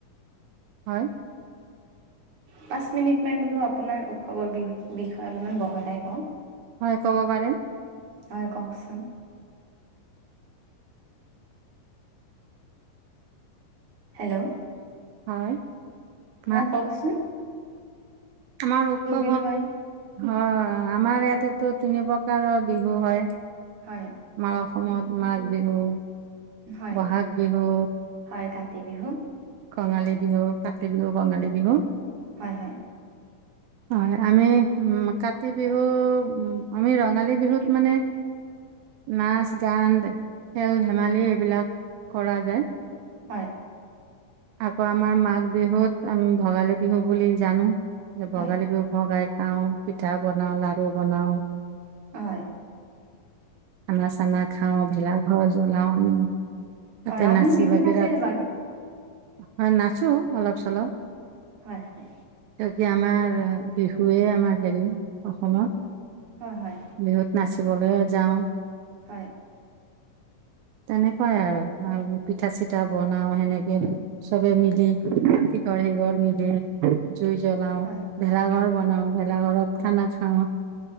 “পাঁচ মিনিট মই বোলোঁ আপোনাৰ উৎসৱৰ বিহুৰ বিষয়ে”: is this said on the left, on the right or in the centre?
Right